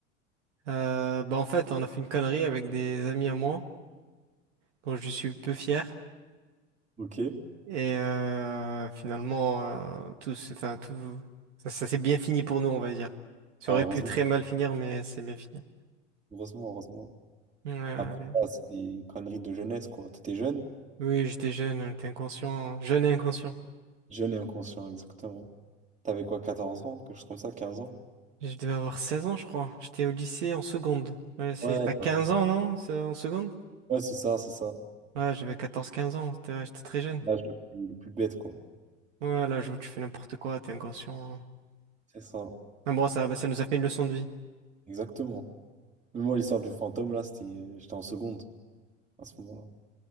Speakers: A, on the right; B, on the right.
A: Euh, bah en fait, on a fait une connerie avec des amis à moi, dont je suis peu fier.
B: Ok.
A: Et euh, finalement, euh, tout, se- enfin, tout, ça, ça s'est bien fini pour nous, on va dire. Ça
B: Ah,
A: aurait
B: heureusement.
A: pu très mal finir, mais c'est bien fini.
B: Heureusement, heureusement.
A: Ouais,
B: Après, ça c'est des conneries de jeunesse, quoi. T'étais jeune?
A: oui, j'étais jeune, on était inconscient, jeune et inconscient.
B: Jeune et inconscient, exactement. T'avais quoi, quatorze ans? Quelque chose comme ça, 15 ans?
A: Je devais avoir 16 ans, je crois. J'étais au lycée en seconde. Ouais, c'est...
B: Ouais,
A: T'as 15
B: bah oui.
A: ans, non? c'est En seconde?
B: Ouais, c'est ça, c'est ça.
A: Ouais, j'avais quatorze quinze ans. C'était ouais, j'étais très jeune.
B: L'âge le plus, le plus bête, quoi.
A: Ouais, là, joue, tu fais n'importe quoi, t'es inconscient.
B: C'est ça.
A: Mais bon, ça, bah, ça nous a fait une leçon de vie.
B: Exactement. Mais moi, l'histoire du fantôme, là, c'était, euh, j'étais en seconde à ce moment-là.